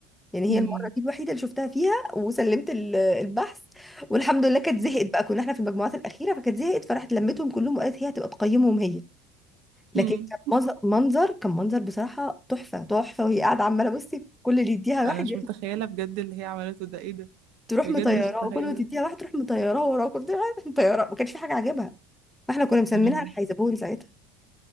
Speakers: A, in the centre; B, on the right.
A: يعني هي
B: مم.
A: المرة دي الوحيدة اللي شفتها فيها وسلمت ال- البحث والحمد لله كانت
B: مم.
A: زهقت بقى كنا احنا في المجموعات الأخيرة فكانت زهقت فراحت لمتهم كلهم وقالت هي هتبقى تقيمهم هي لكن
B: مم.
A: كان مز- منظر كان منظر بصراحة تحفة تحفة وهي قاعدة عمالة بصي كل اللي يديها
B: انا
A: واحد
B: مش متخيله بجد اللي هي عملته ده ايه ده
A: تروح
B: بجد
A: مطيراه
B: مش متخيله
A: وكل ما تديها واحد تروح مطيراه وراك كنت مطيراه ما كانش في حاجة عاجبها فاحنا كنا مسمينها
B: مم.
A: الحيزبون ساعتها